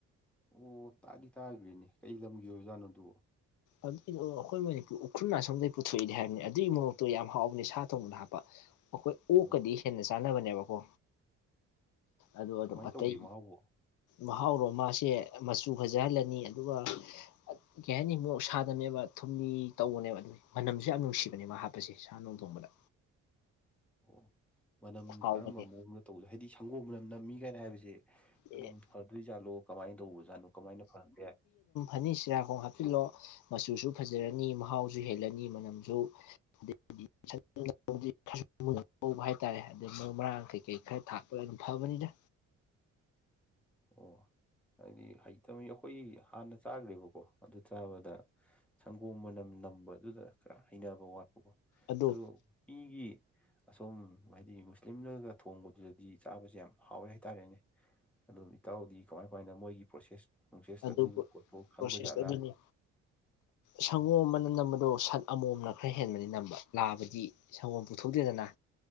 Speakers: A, in the centre; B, on the left.
A: ꯑꯣ ꯇꯥꯗꯤ ꯇꯥꯒ꯭ꯔꯦꯅꯦ ꯀꯩ ꯂꯝꯒꯤ ꯑꯣꯏꯕꯖꯥꯠꯅꯣ ꯑꯗꯨꯕꯣ
B: ꯑꯗꯨꯏꯗꯣ ꯑꯩꯈꯣꯏ ꯃꯅꯤꯄꯨꯔ ꯎꯈ꯭ꯔꯨꯜ ꯑꯁꯣꯝꯗꯒꯤ ꯄꯨꯊꯣꯛꯏꯗꯤ ꯍꯥꯏꯕꯅꯤ ꯑꯗꯨꯒꯤ ꯃꯣꯔꯣꯛꯇꯣ ꯌꯥꯝ ꯍꯥꯎꯕꯅꯤ ꯁꯥ ꯊꯣꯡꯕꯗ ꯍꯥꯞꯄ ꯑꯩꯈꯣꯏ ꯑꯣꯛꯀꯗꯤ
A: ꯑꯣ
B: ꯍꯦꯟꯅ ꯆꯥꯅꯕꯅꯦꯕꯀꯣ ꯑꯗꯨ ꯑꯗꯨꯝ
A: ꯀꯃꯥꯏꯅ
B: ꯑꯇꯩ
A: ꯇꯧꯒꯦ ꯃꯍꯥꯎꯕꯣ
B: ꯃꯍꯥꯎꯔꯣ ꯃꯥꯁꯦ ꯃꯆꯨ ꯐꯖꯍꯜꯂꯅꯤ ꯑꯗꯨꯒ ꯀꯩ ꯍꯥꯏꯅꯤ ꯃꯨꯁꯦ ꯁꯥꯗꯕꯅꯦꯕ ꯊꯨꯝꯅꯤ ꯇꯧꯕꯅꯦꯕ ꯑꯗꯨꯝꯒꯤ ꯃꯅꯝꯁꯨ ꯌꯥꯝ ꯅꯨꯡꯁꯤꯕꯅꯦꯕ ꯃꯥ ꯍꯥꯞꯄꯁꯦ ꯁꯥ ꯅꯣꯡ ꯊꯣꯡꯕꯗ
A: ꯑꯣ ꯃꯅꯝ
B: ꯍꯥꯎꯕꯅꯦ
A: ꯀꯔꯝꯕ ꯃꯑꯣꯡꯗ ꯇꯧꯖ ꯍꯥꯏꯗꯤ ꯁꯪꯒꯣꯝ ꯃꯅꯝ ꯅꯝꯃꯤ ꯀꯥꯏꯅ ꯍꯥꯏꯕꯖꯦ ꯑꯗꯨꯝ
B: ꯑꯦ
A: ꯐꯗꯣꯏꯖꯥꯠꯂꯣ ꯀꯃꯥꯏꯅ ꯇꯧꯕꯖꯥꯠꯅꯣ ꯀꯃꯥꯏꯅ ꯐꯍꯟꯕꯌꯥꯏ
B: ꯑꯅꯤꯁꯤꯔꯥꯈꯣꯡ ꯍꯥꯞꯆꯤꯜꯂꯣ ꯃꯆꯨꯁꯨ ꯐꯖꯔꯅꯤ ꯃꯍꯥꯎꯁꯨ ꯍꯦꯜꯂꯅꯤ ꯃꯅꯝꯖꯨ <unintelligible> ꯍꯧꯕ ꯍꯥꯏꯇꯥꯔꯦ ꯑꯗꯩ ꯃꯔꯨ ꯃꯔꯥꯡ ꯀꯩ ꯀꯩ ꯈꯔ ꯊꯥꯛꯄꯗ ꯑꯗꯨꯝ ꯐꯕꯅꯤꯗ
A: ꯑꯣ ꯍꯥꯏꯗꯤ ꯍꯩꯇꯕ ꯑꯩꯈꯣꯏ ꯍꯥꯟꯅ ꯆꯥꯈ꯭ꯔꯦꯕꯀꯣ ꯑꯗꯨ ꯆꯥꯕꯗ ꯁꯪꯒꯣꯝ ꯃꯅꯝ ꯅꯝꯕꯗꯨꯗ ꯈꯔ ꯍꯩꯅꯕ ꯋꯥꯠꯄ ꯀꯣ
B: ꯑꯗꯨ
A: ꯑꯗꯣ ꯃꯤꯒꯤ ꯑꯁꯣꯝ ꯍꯥꯏꯗꯤ ꯃꯨꯁꯂꯤꯝꯅꯒ ꯊꯣꯡꯕꯗꯨꯗꯗꯤ ꯆꯥꯕꯁꯦ ꯌꯥꯝ ꯍꯥꯎꯋꯦ ꯍꯥꯏꯇꯥꯔꯦꯅꯦ ꯑꯗꯨ ꯏꯇꯥꯎꯗꯤ ꯀꯃꯥꯏ ꯀꯃꯥꯏꯅ ꯃꯣꯏꯒꯤ ꯄ꯭ꯔꯣꯁꯦꯁ ꯅꯨꯡꯁꯦꯁ
B: ꯑꯗꯨ
A: ꯑꯗꯨꯒꯤ ꯄꯣꯠꯇꯣ ꯈꯪꯕ
B: ꯄ꯭ꯔꯣꯁꯦꯁꯇ
A: ꯖꯥꯠꯂꯥ
B: ꯑꯗꯨꯅꯤ ꯁꯪꯒꯣꯝ ꯑꯃꯅ ꯅꯝꯕꯗꯣ ꯁꯛ ꯑꯃꯣꯝꯅ ꯈꯔ ꯍꯦꯟꯕꯗꯤ ꯅꯝꯕ ꯂꯥꯕꯗꯤ ꯁꯪꯒꯣꯝ ꯄꯨꯊꯣꯛꯇꯦꯗꯅ